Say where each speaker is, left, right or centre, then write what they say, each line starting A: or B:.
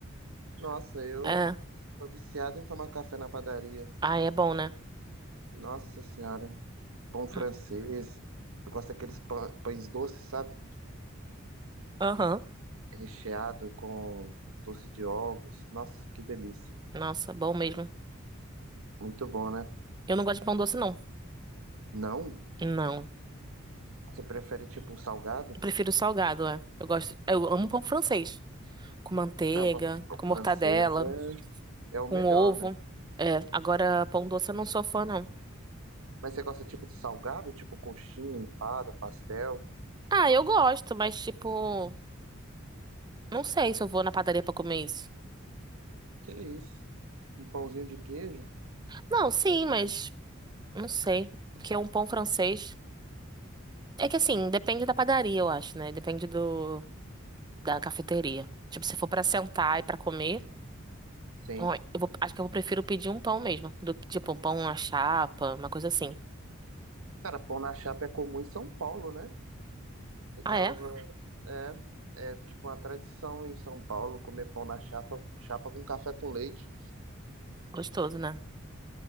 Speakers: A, on the right; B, on the right.
A: Nossa, eu
B: É.
A: tô viciado em tomar café na padaria.
B: Ai, é bom, né?
A: Nossa Senhora. Pão francês.
B: Hum,
A: Eu gosto daqueles pã- pães doces, sabe?
B: Aham.
A: recheado com doce de ovos. Nossa, que delícia.
B: Nossa, bom mesmo.
A: Muito bom, né?
B: Eu não gosto de pão doce, não.
A: Não?
B: Não.
A: Você prefere tipo salgado?
B: Eu prefiro salgado, é. Eu gosto. Eu amo pão francês. com manteiga,
A: Não, pa- pa-
B: com mortadela,
A: francesa é o
B: com
A: melhor,
B: ovo.
A: né?
B: É, agora pão doce eu não sou fã, não.
A: Mas você gosta tipo de salgado, tipo coxinha, empada, pastel?
B: Ah, eu gosto, mas tipo, não sei se eu vou na padaria pra comer isso.
A: Que isso? Um pãozinho de queijo?
B: Não, sim, mas não sei, porque é um pão francês. É que assim, depende da padaria, eu acho, né? Depende do da cafeteria. Tipo, se for pra sentar e pra comer,
A: Sim.
B: ó, eu vou- acho que eu prefiro pedir um pão mesmo, do que tipo um pão à chapa, uma coisa assim.
A: Cara, pão na chapa é comum em São Paulo, né? Eu
B: Ah,
A: tava.
B: é?
A: É, é tipo uma tradição em São Paulo comer pão na chapa, chapa com café com leite.
B: Gostoso, né?